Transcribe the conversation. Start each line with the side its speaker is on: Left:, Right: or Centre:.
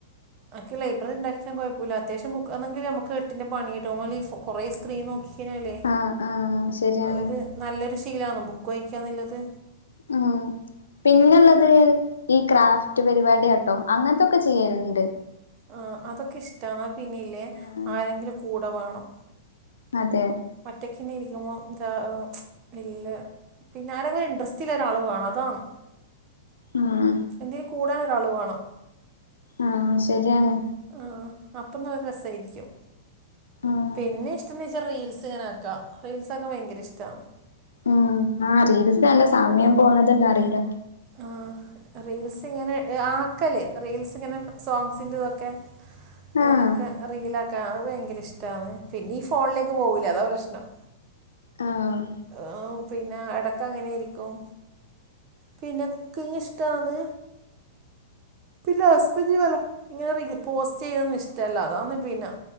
Right: എനിക്ക് ലൈബ്രറിണ്ടാക്ക്ണെ കൊഴപ്പൂല്ല അത്യാവശ്യം ബുക്ക് അല്ലങ്കി നമക്ക് എട്ടിന്റെ പണി കിട്ടും നമ്മളി ഫോ കൊറെ സ്ക്രീൻ നോക്കി ക്കഴിഞ്ഞാലേ
Left: ആഹ് ആഹ് ശരിയാണ്
Right: ഒരു നല്ലൊരു ശീലാണ് ബുക്ക് വായിക്കാന്ന്ള്ളത്
Left: ഉം പിന്നെള്ളത് ല് ഈ ക്രാഫ്റ്റ് പരിവാട്യാട്ടോ അങ്ങൻത്തൊക്കെ ചെയ്യല്ണ്ട്
Right: ആഹ് അതൊക്കെ ഇഷ്ടാ പിന്നെല്ലേ
Left: ആഹ്
Right: ആരെങ്കിലും കൂടെ വാണം.
Left: അതെ
Right: ഒറ്റക്കിങ്ങനെരിക്കുമ്പോ ഇത ഏഹ് ഇല്ല പിന്നെ ആരെങ്ങും ഒര് ഇൻട്രസ്റ്റ്ള്ള ഒരാളും വേണം അതാണ്
Left: ഉം
Right: എന്തേ കൂടാന് ഒരാള് വേണം
Left: ആഹ് ശരിയണ്
Right: ആഹ് അപ്പം നല്ല രസായിരിക്കും
Left: ആഹ്
Right: പിന്നെ ഇഷ്ട്ടെന്ന് ചോയിച്ചാ റീൽസ് ഇങ്ങനാക്കാ റീൽസ് ആക്കാൻ ഭയങ്കര ഇഷ്ട്ടാന്ന്
Left: ഉം ആഹ് റീൽസ് കണ്ടാ സമയം പോണത് അറിയില്ലാ
Right: ആഹ് റീൽസ് ഇങ്ങനെ ആക്കല് റീൽസ് ഇങ്ങനെ സോങ്സിന്റെ ഇതൊക്കെ അങ്ങനെക്കെ
Left: ആഹ്
Right: റീലാക്കാ അത് ഭയങ്കര ഇഷ്ട ട്ടാണ് പിന്നെ ഈ ഫോണിലേക്ക് പോകുല്ലാ അതാ പ്രശ്നം
Left: ആഹ്
Right: ആഹ് പിന്നെ എടക്ക് അങ്ങനെയായിരിക്കും പിന്നെ കുക്കിങ് ഇഷ്ട്ടാന്ന് പിന്നെ ഹസ്ബൻഡിന് വല്ലാ ഇങ്ങനെ റീല് പോസ്റ്റ് ചെയ്യുന്നൊന്നും ഇഷ്ട്ടല്ലാ അതാന്ന് പിന്നാ